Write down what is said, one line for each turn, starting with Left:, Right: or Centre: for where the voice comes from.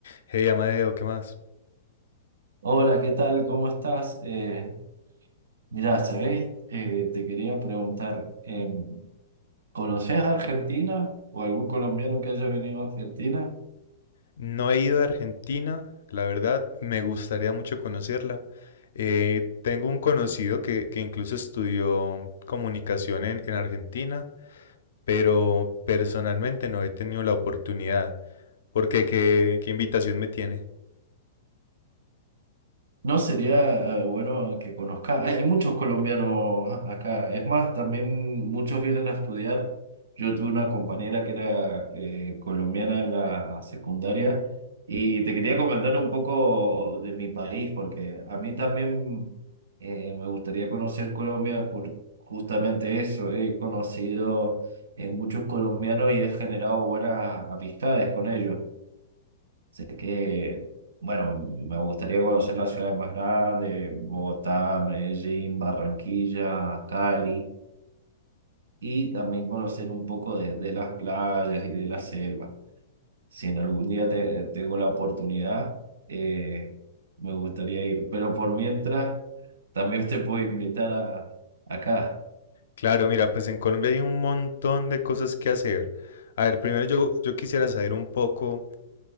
Left: Hey Amadeo, ¿qué más?
Right: Hola, ¿qué tal? ¿Cómo estás? Eh, mirá, ¿sabéis? Eh, te quería preguntar, em, ¿conoces a Argentina o algún colombiano que haya venido a Argentina?
Left: No he ido a Argentina, la verdad, me gustaría mucho conocerla. Eh, tengo un conocido que, que incluso estudió comunicación en, en Argentina, pero personalmente no he tenido la oportunidad. ¿Por qué? ¿Qué, qué invitación me tiene?
Right: No sería eh, bueno que conozca. Hay, hay muchos colombianos a- acá. Es más, también muchos vienen a estudiar. Yo tuve una compañera que era eh, colombiana en la secundaria y te quería comentar un poco de mi país, porque a mí también eh, me gustaría conocer Colombia por justamente eso. He conocido eh, muchos colombianos y he generado buenas amistades con ellos. Sé que, bueno, me gustaría conocer las ciudades más grandes, Bogotá, Medellín, Barranquilla, Cali, y también conocer un poco de, de las playas y de la selva. Si en algún día te- tengo la oportunidad, eh, me gustaría ir. Pero por mientras, también te puedo invitar a, acá.
Left: Claro, mira, pues en Colombia hay un montón de cosas que hacer. A ver, primero yo, yo quisiera saber un poco,